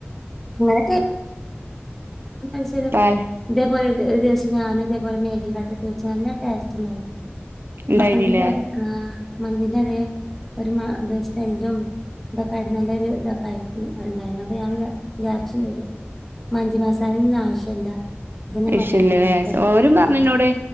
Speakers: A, in the centre; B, on the right.
A: അങ്ങൊക്കെ ത്സം
B: പാൽ
A: ഇതേപോലെ ഒരു ദിവസം ഞാനും ഇതേപോലെ മാഗി കട്ട ഇട്ട് വെച്ച് വല്ല ടേസ്റ്റ് ഉണ്ടായിരുന്നു
B: ഉണ്ടായിനില്ലേ
A: മന്തി അതെ ആ മന്തില അതെ ഒരു മ ദി സ്മല്ലും ഇതൊക്കെ ആയിട്ട് നല്ലൊരു ഇതൊക്കെ ആയി ഉണ്ടായിരുന്നു അപ്പൊ ഞൻ വിചാരിച്ചുംചെയ്ത് മന്തിമസാലന്നും ആവശ്യല്ല ഇതന്നെ മതിയല്ലോ
B: ശ്യല്ലല്ലേ
A: എന്നൊക്കെ.
B: ഓരും പറഞ്ഞുന്നോടെ
A: ഉം